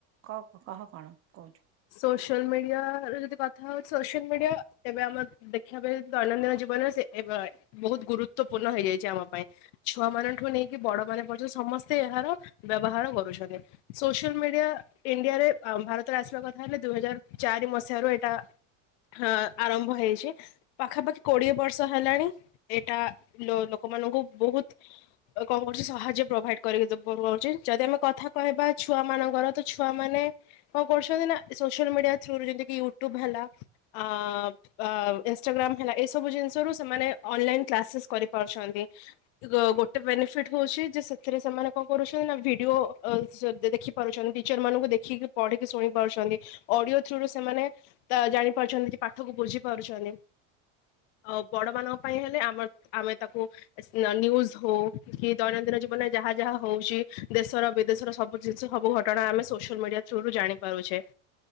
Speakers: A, on the right (about 35°); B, on the left (about 65°).
A: କ କହ କଣ କହୁଛୁ।
B: ସୋସିଆଲ ମିଡିଆ ର ଯଦି କଥା ହଉଛି ସୋସିଆଲ ମିଡିଆ ତେବେ ଆମର ଦେଖିବା ପାଇଁ ଦୈନନ୍ଦିନ ଜୀବନରେ ସେ ଏଵେ ବହୁତ ଗୁରୁତ୍ୱପୂର୍ଣ୍ଣ ହେଇଯାଇଛି ଆମ ପାଇଁ। ଛୁଆ ମାନଠୁ ନେଇକି ବଡ ମାନେ ପର୍ଯ୍ୟନ୍ତ ସମସ୍ତେ ଏହାର ବ୍ୟବହାର କରୁଛନ୍ତି। ସୋସିଆଲ ମିଡିଆ ଇଣ୍ଡିଆରେ ଆଉ ଭାରତରେ ଆସିବା କଥା ତାହେଲେ ଦୁଇ ହଜାର ଚାରି ମସିହାରୁ ଏଇଟା ହାଁ ଆରମ୍ଭ ହେଇଛି। ପାଖାପାଖି କୋଡିଏ ବର୍ଷ ହେଲାଣି ଏଇଟା ଲୋ-ଲୋକମାନଙ୍କୁ ବହୁତ କଣ କଛି ସାହାଯ୍ୟ ପ୍ରୋଭାଇଡ କରିକି କଣ କଛି ଯଦି ଆମେ କଥା କହିବା ଛୁଆ ମାନଙ୍କର ତ ଛୁଆ ମାନେ କଣ କରୁଛନ୍ତି ନା ସୋସିଆଲ ମିଡିଆ ଥ୍ରୁରୁ ଯେମତି ୟୁଟ୍ୟୁବ ହେଲା ଆ। ଆ ଇନଷ୍ଟାଗ୍ରାମ ହେଲା ଏ ସବୁ ଜିନିଷରୁ ସେମାନେ ଅନଲାଇନ କ୍ଲାସେସ୍ କରିପାରୁଛନ୍ତି। ଗୋଟେ ବେନିଫିଟ ହଉଛି ଯେ ସେଥିରେ ସେମାନେ କଣ କରୁଛନ୍ତି ନା ଭିଡିଓ ଅ ଦେଖି ପାରୁଛନ୍ତି ଟିଚର ମାନଙ୍କୁ ଦେଖିକି ପଢିକି ଶୁଣି ପାରୁଛନ୍ତି। ଅଡିଓ ଥ୍ରୁରୁ ସେମାନେ ତା ଜାଣି ପାରୁଛନ୍ତି କି ପାଠକୁ ବୁଝି ପାରୁଛନ୍ତି। ଆ ବଡ ମାନଙ୍କ ପାଇଁ ହେଲେ ଆମ ଆମେ ତାକୁ- ନିନ୍ୟୁଜ ହଉ କି ଦୈନନ୍ଦିନ ଜୀବନରେ ଯାହା ଯାହା ହଉଛି ଦେଶର ବିଦେଶର ସବୁ ସବୁ ଘଟଣା ଆମେ ସୋସିଆଲ ମିଡିଆ ଥୁରୁୁ ଜାଣିପାରୁଛେ।